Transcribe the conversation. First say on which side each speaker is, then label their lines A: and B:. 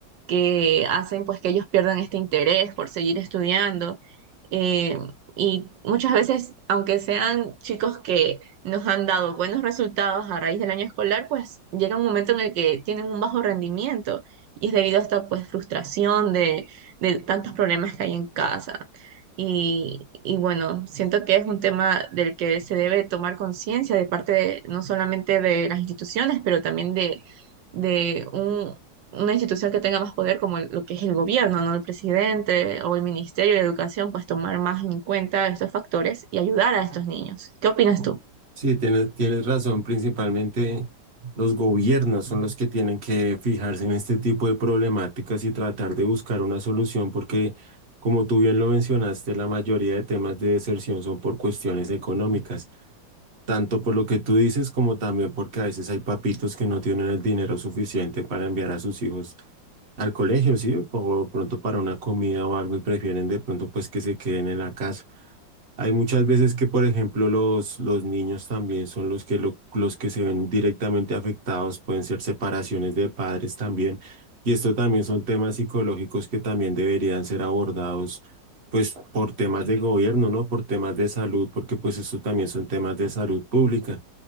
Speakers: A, on the right; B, on the right.
A: que hacen pues que ellos pierdan este interés por seguir estudiando. Eh, y muchas veces, aunque sean chicos que nos han dado buenos resultados a raíz del año escolar, pues llega un momento en el que tienen un bajo rendimiento y es debido a esta pues frustración de, de tantos problemas que hay en casa. Y, y bueno, siento que es un tema del que se debe tomar conciencia de parte de- no solamente de las instituciones, pero también de, de una institución que tenga más poder como el- lo que es el gobierno, ¿no? El presidente o el Ministerio de Educación, pues tomar más en cuenta estos factores y ayudar a estos niños. ¿Qué opinas tú?
B: Sí, tienes, tienes razón, principalmente los gobiernos son los que tienen que fijarse en este tipo de problemáticas y tratar de buscar una solución porque... Como tú bien lo mencionaste, la mayoría de temas de deserción son por cuestiones económicas. Tanto por lo que tú dices como también porque a veces hay papitos que no tienen el dinero suficiente para enviar a sus hijos al colegio, ¿sí? O pronto para una comida o algo y prefieren de pronto pues que se queden en la casa. Hay muchas veces que, por ejemplo, los, los niños también son los que, lo- los que se ven directamente afectados, pueden ser separaciones de padres también, y esto también son temas psicológicos que también deberían ser abordados, pues, por temas de gobierno, ¿no? Por temas de salud, porque pues esto también son temas de salud pública.